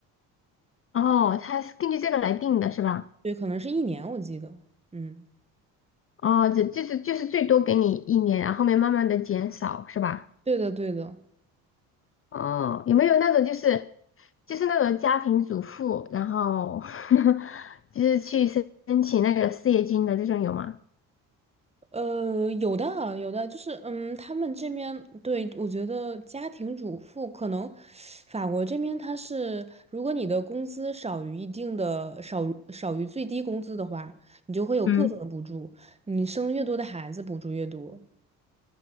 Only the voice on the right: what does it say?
对，可能是一年我记得。嗯，
对的对的。
呃，有的啊，有的，就是嗯，他们这边对我觉得家庭主妇可能，法国这边他是，如果你的工资少于一定的少少于最低工资的话，你就会有各种的补助，
你生越多的孩子补助越多。